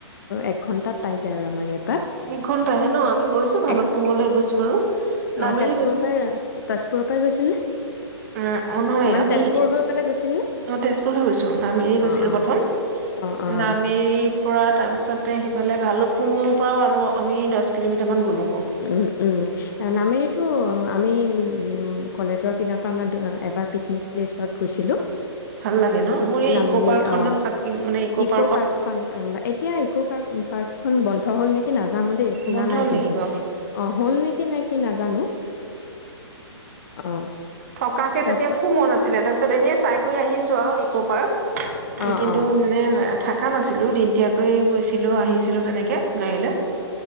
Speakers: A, on the left; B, on the right.
A: এক ঘন্টাত পাই যায় আৰু আমাৰ ইয়াৰ পৰা
B: এঘন্টাহে ন আমি গৈছো ভালুকপুঙলৈ
A: এক
B: গৈছো বাৰু নামেৰি
A: অ তেজপুৰৰ পৰাই তেজপুৰৰ পৰাই গৈছিল নে
B: উ অ নহয়
A: মানে
B: আমি
A: তেজপুৰ হৈ পেলাই গৈছিল নে
B: অ তেজপুৰ হৈ গৈছো নামেৰি গৈছিলো
A: অ অ
B: প্ৰথম
A: অ
B: নামেৰি
A: অ
B: পৰা তাৰপিছতে সিফালে ভালুক পুঙৰ পৰাও আৰু আমি দহ কিলোমিটাৰ মান গ'লো
A: উম উম নামেৰিটো আমি উম কলেজৰ পিনৰ পৰা এবাৰ পিকনিক পেলেচত গৈছিলোঁ
B: ভাল লাগে ন মোৰ এই
A: নামেৰি
B: ইক' পাৰ্কখনত
A: অ
B: থাকি মানে
A: ইক'
B: পাৰ্কত
A: পাৰ্কখন এতিয়া ইক পাৰ্ক পাৰ্কখন বন্ধ হ'ল নেকি কি নাজ জানো দেই শুনা
B: বন্ধ
A: নাই
B: হ'ল
A: কিন্তু
B: নেকি বাৰু?
A: অ হ'ল নেকি নাই নাজানো অ
B: থকাকে
A: তাৰপা
B: তেতিয়া খুব মন আছিলে তাৰপিছত এনেই চাই কৰি আহিছো আৰু ইক পাৰ্ক
A: অ',
B: কিন্তু
A: অ',
B: মানে থাকা নাছিলো দিন তিয়াকৈ গৈছিলো আহিছিলো তেনেকে গাড়ী লৈ